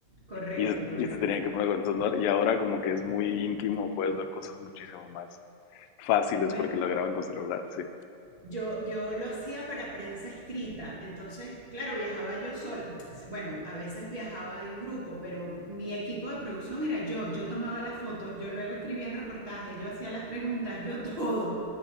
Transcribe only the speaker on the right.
Correcto,
correcto.
Bueno,
yo, yo lo hacía para prensa escrita, entonces, claro, viajaba yo sola. Bueno, a veces viajaba en grupo, pero mi equipo de producción era yo. Yo tomaba las fotos, yo luego escribía el reportaje, yo hacía las preguntas, yo todo.